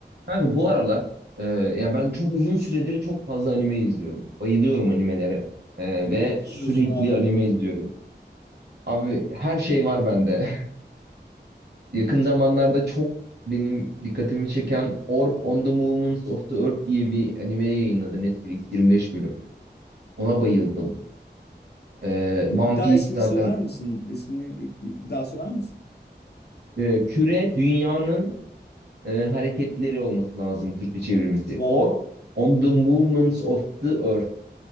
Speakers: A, on the right; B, on the left.
A: Kanka bu aralar e, ya ben çok uzun süredir çok fazla anime izliyorum. Bayılıyorum animelere. E,
B: Neler
A: ve
B: izliyorsun
A: sürekli
B: abi?
A: anime izliyorum. Abi her şey var bende. <laughs> Yakın zamanlarda çok benim dikkatimi çeken Orb on the Movements of the Earth diye bir anime yayınladı Netflix 25 bölüm. Ona bayıldım. E,
B: E,
A: One
B: Bir daha
A: Piece
B: ismini
A: zaten
B: söyler misin? İsmini bir daha söyler misin?
A: e, küre dünyanın e, hareketleri olması lazım Türkçe çevirmesi.
B: Wow.
A: Orb
B: <laughs>
A: on the Movements of the Earth.